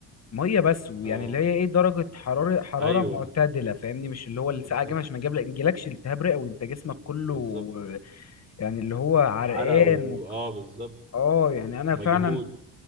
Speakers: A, on the left; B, on the right.
A: ميه بس ويعني
B: اه
A: اللي هي ايه درجه حراره حراره
B: ايوه
A: معتدله فاهمني مش اللي هو الساعه
B: بالظبط
A: جامد عشان ما جاب- يجيلكش التهاب رئوي انت جسمك كله
B: بالظبط
A: يعني اللي هو عرقان
B: عرق و
A: و...
B: اه بالظبط
A: اه يعني انا
B: مجهود
A: فعلا